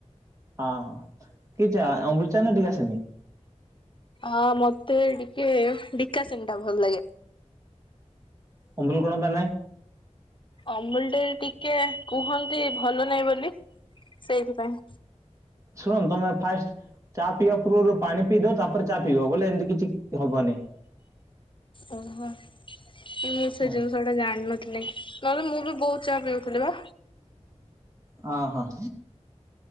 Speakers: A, on the right; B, on the left.
A: <inaudible>
B: ହଁ ମତେ ଟିକେ ବିକା ସେନ ଟା ଭଲ ଲାଗେ।
A: ଅମୁଲ କଣତା ନାଇଁ।
B: ଅମୁଲଟେ ଟିକେ କୁହନ୍ତି ଭଲ ନାହିଁ ବୋଲି ସେଇଥିପାଇଁ।
A: ଶୁଣ ତମେ ଫାଷ୍ଟ। ଚା ପିଇବା ପୂର୍ବରୁ ପାଣି ପିଇ ଦବ। ତାପରେ ଚା ପିଇବ। ବୋଲେ ଏମିତି କିଛି ହବନି।
B: ଓଃ ହଁ। ନାଇଁ ମୁଁ ସେ
A: ହଁ
B: ଜିନିଷ ଟା ଜାଣି ନଥିଲି। ନହେଲେ ମୁଁ ବି ବୋହୁତ ଚା ପିଉଥିଲି ପା।
A: ହଁ ହଁ।